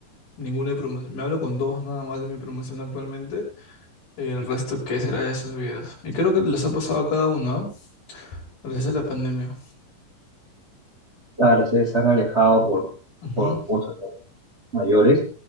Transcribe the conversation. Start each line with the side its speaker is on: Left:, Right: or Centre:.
Left: ninguna de promoción, me hablo con dos nada más de mi promoción actualmente, y el resto, ¿qué será de sus vidas? Y creo que les ha pasado a cada uno, ¿no? gracias a la pandemia.
Right: claro, ustedes han alejado por,
Left: Ujú.
Right: por, por mayores